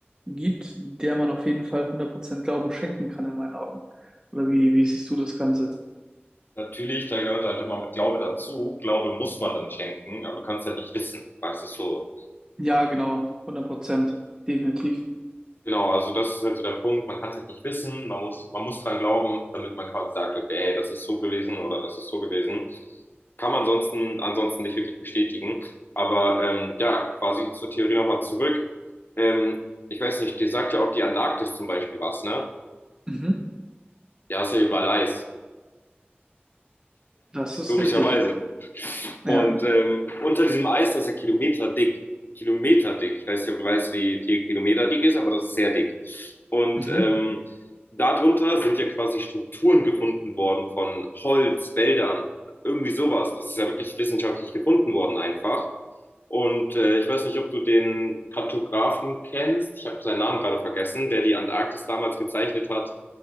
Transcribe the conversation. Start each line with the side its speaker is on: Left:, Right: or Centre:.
Right: gibt, der man auf jeden Fall hundert Prozent Glauben schenken kann in meinen Augen. Oder wie, wie siehst du das Ganze?
Left: Natürlich, da gehört halt immer mit Glaube dazu. Glaube muss man dann schenken, aber du kannst halt nicht wissen, weißt du so.
Right: Ja, genau, hundert Prozent, definitiv.
Left: Genau, also das ist halt so der Punkt. Man kann es halt nicht wissen. Man muss, man muss dran glauben, damit man quasi sagt, okay, hey, das ist so gewesen oder das ist so gewesen. Kann man ansonsten, ansonsten nicht wirklich bestätigen. Aber ähm, ja, quasi zur Theorie nochmal zurück. Ähm, ich weiß nicht, dir sagt ja auch die Antarktis zum Beispiel was, ne?
Right: Mhm.
Left: Ja, ist ja überall Eis.
Right: Das ist
Left: Logischerweise.
Right: richtig.
Left: Und
Right: Ja.
Left: ähm, unter diesem Eis, das ist ja kilometerdick. Kilometerdick. Ich weiß nicht, ob du weißt, wie viel Kilometer dick ist, aber das ist sehr dick. Und
Right: Mhm.
Left: ähm, darunter sind ja quasi Strukturen gefunden worden von Holz, Wäldern, irgendwie sowas. Das ist ja wirklich wissenschaftlich gefunden worden einfach. Und äh, ich weiß nicht, ob du den Kartografen kennst. Ich habe seinen Namen gerade vergessen, der die Antarktis damals gezeichnet hat,